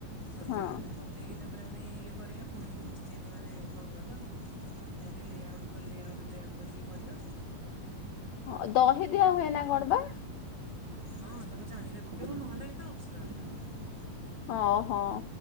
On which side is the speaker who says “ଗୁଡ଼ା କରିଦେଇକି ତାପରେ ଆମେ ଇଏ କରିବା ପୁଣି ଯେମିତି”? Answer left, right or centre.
Right